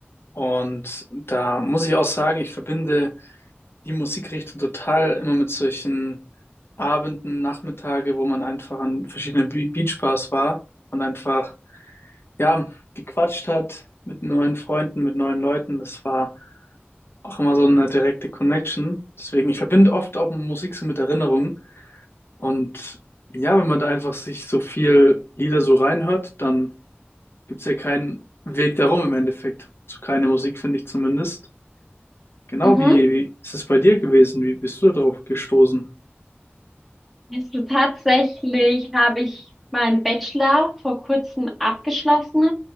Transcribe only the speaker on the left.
und da muss ich auch sagen, ich verbinde die Musikrichtung total immer mit solchen Abenden, Nachmittage, wo man einfach an verschiedenen Be- Beachbars war und einfach ja gequatscht hat mit neuen Freunden, mit neuen Leuten. Das war auch immer so eine direkte Connection. Deswegen, ich verbinde oft auch Musik so mit Erinnerungen. Und ja, wenn man da einfach sich so viel Lieder so reinhört, dann gibt's ja keinen Weg darum im Endeffekt. Zu keine Musik, finde ich zumindest. Genau,
wie, wie ist es bei dir gewesen? Wie bist du darauf gestoßen?